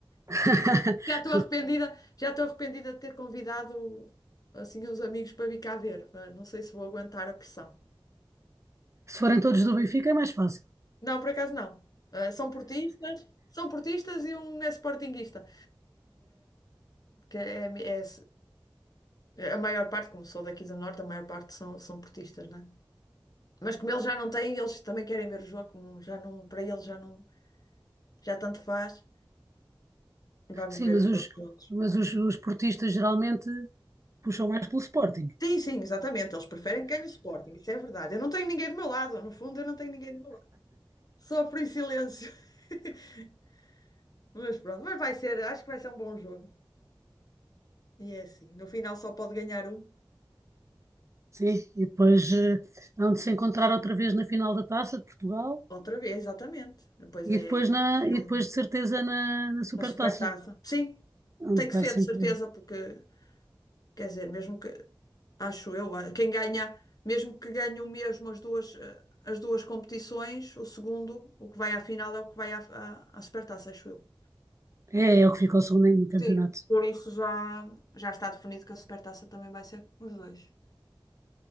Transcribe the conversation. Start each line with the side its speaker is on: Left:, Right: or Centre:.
Right: <laughs>
Left: Já estou arrependida, já estou arrependida de ter convidado assim uns amigos para vir cá ver. Ah, Não sei se vou aguentar a pressão.
Right: Se forem todos do Benfica é mais fácil.
Left: Não, por acaso não. Ah, São portistas, são portistas e um é sportinguista, que é, é- é a maior parte, como sou daqui do Norte, a maior parte são, são portistas, né? Mas como eles já não têm, eles também querem ver o jogo, como já não, para eles já não, já tanto faz. Vamos
Right: Sim,
Left: ver
Right: mas
Left: os
Right: os,
Left: jogos juntos.
Right: mas os, os portistas geralmente puxam mais pelo Sporting.
Left: Sim, sim, exatamente. Eles preferem que ganhe o Sporting, isso é verdade. Eu não tenho ninguém do meu lado, no fundo, eu não tenho ninguém do meu lado. Sofro em silêncio. <laughs> Mas pronto, mas vai ser, acho que vai ser um bom jogo. E é assim, no final só pode ganhar um.
Right: Sim, e depois eh, hão de se encontrar outra vez na final da Taça de Portugal
Left: Outra vez, exatamente. Depois é
Right: e depois, na,
Left: no final
Right: e depois de certeza na, na Supertaça.
Left: na supertaça. Sim,
Right: Hão
Left: tem
Right: de estar
Left: que ser
Right: sempre...
Left: de certeza, porque quer dizer, mesmo que acho eu, quem ganha, mesmo que ganhe o mesmo as duas, eh, as duas competições, o segundo, o que vai à final é o que vai à, à, à supertaça, acho eu.
Right: É, é o que ficou segundo no campeonato.
Left: Sim, por isso já, já está definido que a Supertaça também vai ser os dois.